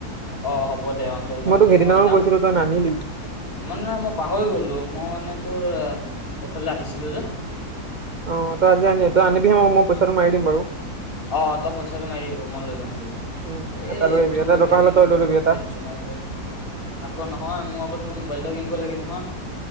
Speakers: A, on the left; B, on the right.
A: অ', হব ব দে অ', লৈ যাম
B: তোক সেইদিনাও
A: মই যাম।
B: <unintelligible>
A: মইানে মই পাহৰি গ'লো মই মানে তোৰ এইফালে আহিছিলো যে।
B: অ', তই আজি আনি তই
A: বৰ
B: আনিবি
A: বৰ
B: মই মই পইচাটো মাৰি দিম বাৰু।
A: অ', তই পইচাটো মাৰি দিব মই লৈ যাম।
B: উ
A: এই
B: এটা লৈ
A: এইটো
B: আহবি এটা
A: এইকেইদিন
B: দোকান হল তই লৈ
A: বহুত
B: লবি এটা।
A: টেনচন হৈ আছে আকৌ নহয় মোৰ আগত তোৰ মোবাইল কিন লাগ নহয়